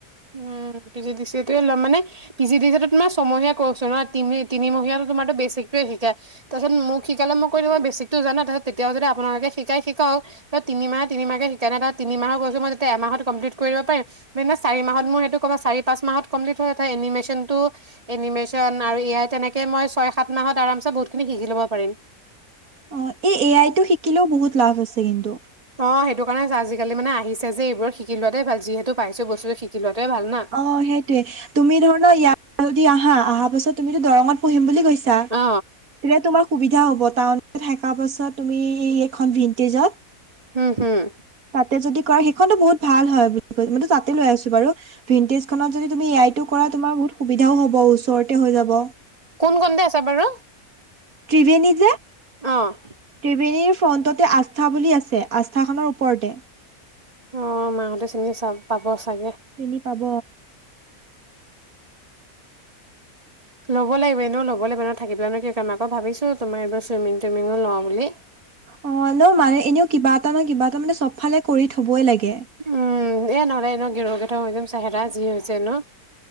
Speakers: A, on the right (about 25°); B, on the right (about 65°).
A: উম P G D C A ল'ম। মানে- P G D C A টো তোমাৰ ছমহীয়া কৰ্চ হয় ন, তিনি তিনিমহীয়াতো তোমাৰতো বেছিকটোৱে শিকাই। তাৰপিছত মোক শিকালে মই কই দিম বেছিকতো জনোৱে তাৰ পাছত তেতিয়াও যদি আপোনালোকে শিকাই শিকাওক। তিনি মাহে তিনিমাহে শিকাই নহয় তিমাহৰ কৰ্চটো মই যেতিয়া এমাহত কম্লিট কৰি দিব পাৰিম। মানে- চাৰি মাহত মোৰ সেইটো কৰা চাৰি পাঁচ মাহত কমপ্লিট হৈ উঠা এনিমেচনটো- এনিমেচন আৰু এ আই তেনেকে মই ছয় সাত মাহত আৰামছে বহুতখিনি শিকি ল'ব পাৰিম।
B: অ এই এ আই টো শিকিলেও বহুত লাভ আছে কিন্তু।
A: অ সেইটো কাৰণে হৈছে আজিকালি মানে আহিছে যে এইবোৰ শিকি লোৱাতে ভাল। যিহেতু- পাইছো বস্তুটো শিকি লোৱাটোৱে ভাল না
B: অ সেইটোৱে। তুমি ধৰা ন ইয়াৰ- আহা আহা পাছত তুমিটো দৰংত পঢ়িম বুলি কৈছা। তেতিয়া
A: অ
B: তোমাৰ সুবিধা হব। কাৰণ- থকা পাছত তুমি এইখন ভিন্টেজত।
A: হম হম।
B: তাতে যদি কৰা সেইখনতো বহুত ভাল হয় বুলি কৈছে মইটো তাতে লৈ আছো বাৰু। ভিণ্টেজ- খনত যদি তুমি এ আই টো কৰা তুমাৰ বহুত সুবিধাও হ'ব ওচৰতে হৈ যাব।
A: কোন খনতে আছে বাৰু?
B: ত্ৰিবেণী যে-
A: অ'
B: ত্ৰিবেণীৰ ফ্ৰণ্টতে আস্থা বুলি আছে আস্থাখনৰ ওপৰতে।
A: অ মাহতে চিনি চা পাব চাগে।
B: চিনি পাব।
A: ল'ব লাগিব এনেও' লবলে বাৰু থাকিপেলাইনো কি কৰিম আকৌ ভাবিছোঁ তোমাৰ এইবাৰ চুইমিং টুইমিঙো লওঁ বুলি।
B: অ নহয় মানে এনেও কিবা এটা ন কিবা এটা মানে চব ফালে কৰি থবই লাগে।
A: উম এ নহ'লে এনো গেৰৌ গেথওঁ হৈ যাম চোহেৰা যি হৈছে ন।